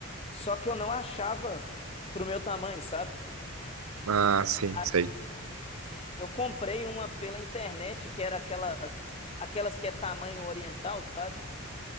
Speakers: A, on the left; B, on the right.
A: Só que eu não achava pro meu tamanho, sabe?
B: Ah, sim,
A: Aí
B: sei.
A: eu comprei uma pela internet que era aquelas aquelas que é tamanho oriental, sabe?